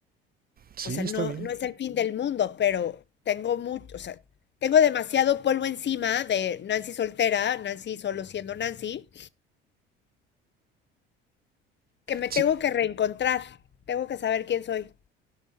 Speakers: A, on the right (about 30°); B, on the left (about 40°).
A: Sí,
B: O sea,
A: está
B: no,
A: bien.
B: no es el fin del mundo, pero tengo mucho, o sea, tengo demasiado polvo encima de Nancy soltera, Nancy solo siendo Nancy que me
A: Sí,
B: tengo que reencontrar, tengo que saber quién soy.